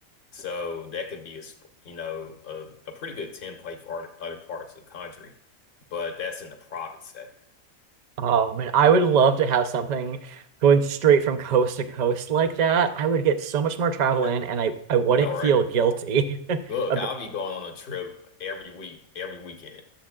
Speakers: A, on the left; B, on the right.
A: So that could be a you know a, a pretty good template for other parts of the country, but that's in the private sector.
B: Oh man, I would
A: Yeah,
B: love to have something going straight from coast to coast like that. I would get so much more travel
A: yeah,
B: in and I, I wouldn't
A: I know, right?
B: feel guilty <laughs>
A: Look,
B: about
A: I'll be going on a trip every week, every weekend.